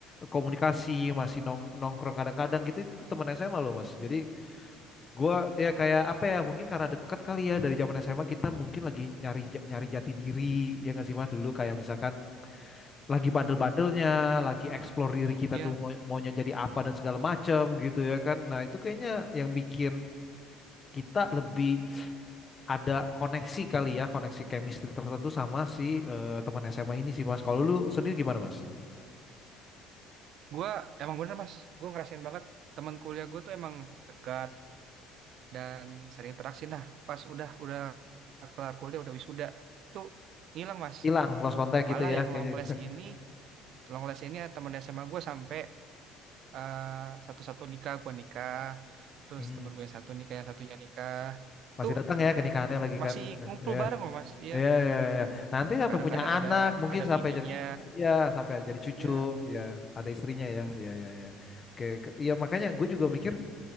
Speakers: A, on the left; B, on the right.
A: komunikasi, masih nong nongkrong kadang-kadang gitu. Itu tuh temen SMA loh mas. Jadi gue ya kayak apa ya, mungkin karena dekat kali ya dari zaman SMA kita mungkin lagi nyari ja- nyari jati diri, ya nggak sih mas dulu kayak misalkan lagi bandel-bandelnya, lagi explore diri kita
B: iya
A: tuh mau maunya jadi apa dan segala macam gitu ya kan. Nah, itu kayaknya yang bikin kita lebih ada koneksi kali ya, koneksi chemistry tertentu sama si eh, teman SMA ini sih Mas. Kalau lu sendiri gimana Mas?
B: gua emang bener mas gua ngerasain banget teman kuliah gua tuh emang dekat dan sering interaksi nah pas udah udah kelar kuliah udah wisuda itu ngilang mas
A: Hilang, lost contact
B: malah
A: gitu ya
B: yang
A: kayaknya.
B: long
A: <laughs>
B: last ini long last ini ya, temen SMA gue sampai eh, satu-satu nikah gue nikah terus
A: Hmm.
B: temen gue yang satu nikah yang satunya nikah
A: Masih
B: tuh
A: datang ya ke nikahannya lagi
B: masih
A: kan? Nah,
B: ngumpul
A: ya,
B: bareng loh mas iya
A: ya, ya, ya. Nanti sampai
B: kadang-kadang
A: punya anak,
B: ada
A: mungkin
B: ada
A: sampai
B: bininya
A: jadi, iya, sampai jadi cucu,
B: iya
A: ya, ada istrinya ya, ya, ya, ya. Oke, ke- iya makanya gue juga mikir